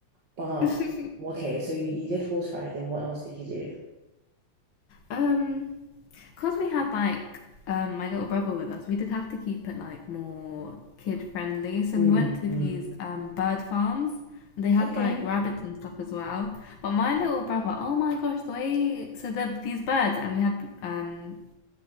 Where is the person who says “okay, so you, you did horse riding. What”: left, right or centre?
Right